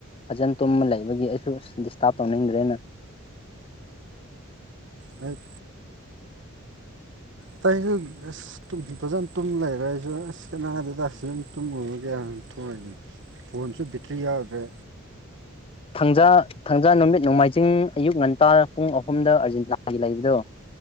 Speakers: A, on the left (about 25°); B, on the right (about 60°).
A: ꯐꯖꯅ ꯇꯨꯝꯃ ꯂꯩꯕꯒꯤ ꯑꯩꯁꯨ ꯗꯤꯁꯇꯥꯔꯕ ꯇꯧꯅꯤꯡꯗ꯭ꯔꯦꯅ
B: ꯑꯩ ꯇꯁꯨ <unintelligible> ꯇꯨꯝꯝ ꯐꯖꯅ ꯇꯨꯝ ꯂꯩꯔ ꯑꯩꯁꯨ ꯑꯁ ꯀꯅꯥꯗꯨꯗ ꯌꯨꯝ ꯇꯨꯝꯒꯦ ꯍꯥꯌꯅꯥ ꯊꯣꯛꯏꯒꯅꯤ ꯐꯣꯟꯁꯨ ꯕꯦꯇ꯭ꯔꯤ ꯌꯥꯎꯈ꯭ꯔꯦ
A: ꯊꯪꯖꯥ ꯊꯥꯡꯖꯥ ꯅꯨꯃꯤꯠ ꯅꯣꯡꯃꯥꯏꯖꯤꯡ ꯑꯌꯨꯛ ꯉꯟꯇꯥ ꯄꯨꯡ ꯑꯍꯨꯝꯗ ꯑꯥꯔꯖꯦꯟꯇꯤꯅꯥꯒꯤ ꯂꯩꯕꯗꯣ